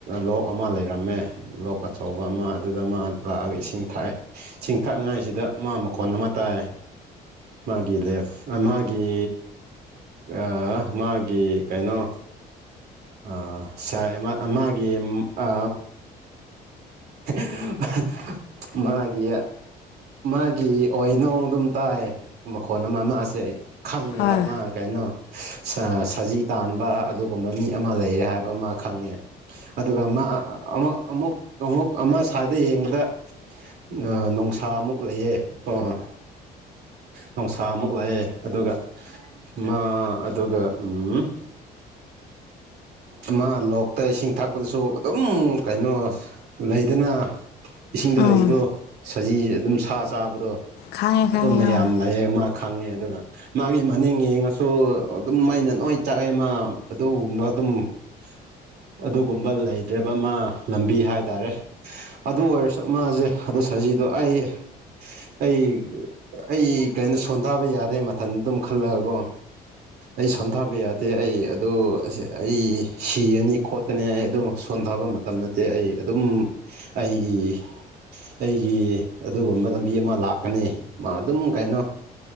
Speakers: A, on the right (about 70°); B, on the left (about 80°).
A: ꯂꯣꯛ ꯑꯃ ꯂꯩꯔꯝꯃꯦ ꯂꯣꯛ ꯑꯆꯧꯕ ꯑꯃ ꯑꯗꯨꯗ ꯑꯃ ꯂꯥꯛꯑꯒ ꯏꯁꯤꯡ ꯊꯥꯛꯑꯦ ꯁꯤꯡ ꯊꯛꯉꯥꯏ ꯁꯤꯗ ꯃꯥ ꯃꯈꯣꯟ ꯑꯃ ꯇꯥꯏ ꯃꯥꯒꯤ ꯂꯦꯐ ꯃꯥꯒꯤ ꯑ ꯃꯥꯒꯤ ꯀꯩꯅꯣ ꯑ ꯁꯥꯏ ꯑꯃ ꯃꯥꯒꯤ ꯑ <unintelligible> ꯃꯥꯒꯤ ꯃꯥꯒꯤ ꯑꯣꯏꯅꯨꯡ ꯑꯗꯨꯝ ꯇꯥꯏ ꯃꯈꯣꯟ ꯑꯃ ꯃꯥꯁꯦ ꯑꯩ ꯈꯪꯉꯦꯕ
B: ꯍꯣꯏ
A: ꯃꯥ ꯀꯩꯅꯣ ꯁꯖꯤ ꯇꯥꯟꯕ ꯑꯗꯨꯒꯨꯝꯕ ꯃꯤ ꯑꯃ ꯂꯩꯌꯦ ꯍꯥꯏꯕ ꯑꯃ ꯈꯪꯉꯦ ꯑꯗꯨꯒ ꯃꯥ ꯑꯃꯨꯛ ꯑꯃꯨꯛ ꯑꯃꯨꯛ ꯑꯃ ꯁꯥꯏꯗꯩ ꯌꯦꯡꯕꯗ‌ ꯑ ꯅꫭꯡꯁꯥ ꯑꯃꯨꯛ ꯂꯩꯌꯦ ꯑꫭ ꯅꯨꯡꯁꯥ ꯑꯃꯨꯛ ꯂꯩꯌꯦ ꯑꯗꯨꯒ ꯃꯥ ꯑꯗꯨꯒ ꯎꯝ ꯑꯃ ꯂꯣꯛꯇ ꯏꯁꯤꯡ ꯊꯛꯄꯗꯁꯨ ꯑꯗꯨꯝ ꯀꯩꯅꯣ ꯂꯩꯗꯅ ꯏꯁꯤꯡꯗ
B: ꯎꯝ
A: ꯂꯩꯕꯗꯣ ꯁꯖꯤ ꯑꯗꯨꯝ ꯁꯥ ꯆꯥꯕꯗꯣ
B: ꯈꯪꯉꯦ
A: ꯑꯗꯨꯝ
B: ꯈꯪꯉꯦ
A: ꯃꯌꯥꯝ
B: ꯍꯣꯏ
A: ꯂꯥꯏꯌꯦ ꯃꯥ ꯈꯪꯉꯦ ꯑꯗꯨꯒ ꯃꯥꯒꯤ ꯃꯅꯤꯡ ꯌꯦꯡꯉꯁꯨ ꯑꯗꯨꯝ ꯃꯩꯅ ꯅꯣꯏ ꯆꯥꯛꯑꯦ ꯃꯥ ꯑꯗꯨꯒꯨꯝꯕ <unintelligible> ꯑꯗꯨꯒꯨꯝꯕ ꯂꯩꯇ꯭ꯔꯦꯕ ꯃꯥ ꯂꯝꯕꯤ ꯍꯥꯏꯇꯥꯔꯦ ꯑꯗꯨ ꯑꯣꯏꯔꯁꯨ ꯃꯥꯖꯦ ꯁꯖꯤꯗꯣ ꯑꯩ ꯑꯩ ꯑꯩ ꯀꯩꯅꯣ ꯁꯣꯟꯗꯕ ꯌꯥꯗꯦ ꯃꯊꯟ ꯑꯗꯨꯝ ꯈꯜꯂꯒꯀꯣ ꯑꯩ ꯁꯣꯟꯊꯥꯕ ꯌꯥꯗꯦ ꯑꯩ ꯑꯗꯨ ꯑꯩ ꯁꯤꯔꯅꯤ ꯈꯣꯠꯀꯅꯤ ꯑꯩ ꯑꯗꯨꯝ ꯁꯣꯟꯗꯕ ꯃꯇꯝ ꯅꯠꯇꯦ ꯑꯩ ꯑꯗꯨꯝ ꯑꯩꯒꯤ <unintelligible> ꯑꯩꯒꯤ ꯑꯗꯨꯒꯨꯝꯕ ꯂꯝꯕꯤ ꯑꯃ ꯂꯥꯛꯀꯅꯤ ꯃꯥ ꯑꯗꯨꯝ ꯀꯩꯅꯣ